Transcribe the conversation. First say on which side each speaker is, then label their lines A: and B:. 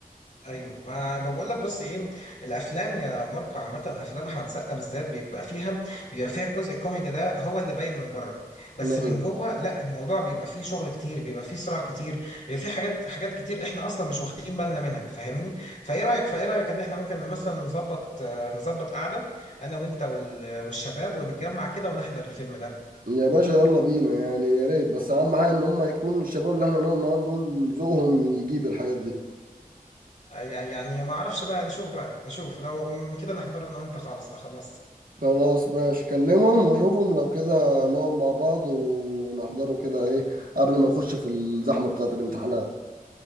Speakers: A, on the left; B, on the right.
A: ايوه ما بقول لك بص ايه الافلام يا ماركو عامه افلام احمد سقا بالذات بيبقى فيها بيبقى فيها الجزء الكوميدي ده هو اللي باين من بره بس
B: نعم.
A: من جوه لا الموضوع بيبقى فيه شغل كتير بيبقى فيه صراع كتير بيبقى فيه حاجات حاجات كتير احنا اصلا مش واخدين بالنا منها فاهمني؟ فايه رايك فايه رايك ان احنا ممكن مثلا نظبط آه، نظبط قعده انا وانت وال- والشباب ونتجمع كده ونحضر الفيلم ده
B: يا باشا يلا بينا يعني يا ريت بس اهم حاجه ان هم يكون الشباب اللي احنا نقعد معاهم دول ذوقهم يجيب الحاجات دي
A: يع- يعني ما اعرفش بقى نشوف بقى نشوف لو كده نحضر انا وانت خالص آه، خلاص
B: خلاص ماشي كلمهم وشوفهم لو كده نقعد مع بعض ونحضره كده ايه قبل ما نخش في الزحمة بتاعة الامتحانات